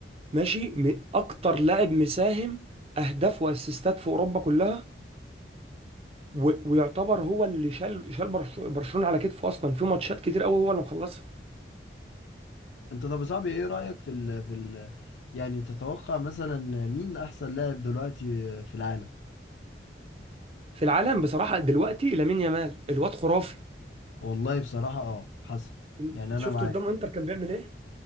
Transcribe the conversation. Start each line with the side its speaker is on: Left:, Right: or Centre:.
Right: ماشي م- اكتر لاعب مساهم اهداف واسيستات في اوروبا كلها و... ويعتبر هو اللي شال شال برش- برشلونه على كتفه اصلا في ماتشات كتير قوي هو اللي مخلصها
Left: انت طب يا صاحبي ايه رأيك في ال... في ال... يعني تتوقع مثلا مين احسن لاعب دلوقتي في العالم
Right: في العالم بصراحه دلوقتي لامين يامال الواد خرافي
Left: والله بصراحة اه حصل
Right: انت
Left: يعني انا
Right: شفته
Left: معاك
Right: قدام انتر كان بيعمل ايه